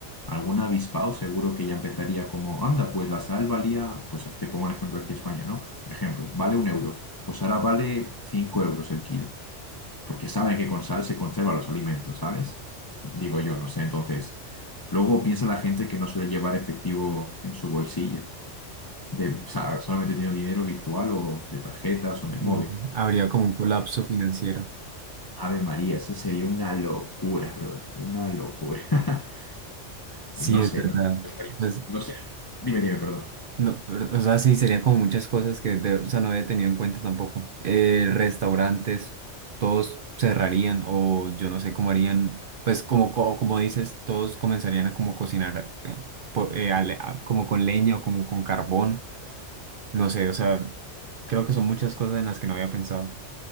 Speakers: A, on the left; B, on the right.
A: algún avispado seguro que ya empezaría como, anda, pues la sal valía, pues te pongo un ejemplo aquí en España, ¿no? Un ejemplo, vale un euro, pues ahora vale cinco euros el kilo, porque saben que con sal se conservan los alimentos, ¿sabes? Digo yo, no sé, entonces, luego piensa la gente que no suele llevar efectivo en su bolsillo, de, o sea, solamente tiene dinero virtual o de tarjetas o en el
B: Mm,
A: móvil.
B: habría como un colapso financiero.
A: Ave María, eso sería una locura, brother, una locura. <laughs>
B: Sí,
A: No
B: es
A: sé,
B: verdad.
A: no,
B: Pues
A: no sé. Dime, dime, perdón.
B: No, pero, o sea, sí, serían como muchas cosas que de- o sea, no había tenido en cuenta tampoco. Eh, restaurantes, todos cerrarían o yo no sé cómo harían, pues como, co- como, dices, todos comenzarían a como cocinar eh, por- eh, a le- a- como con leña o como con carbón, no sé, o sea, creo que son muchas cosas en las que no había pensado.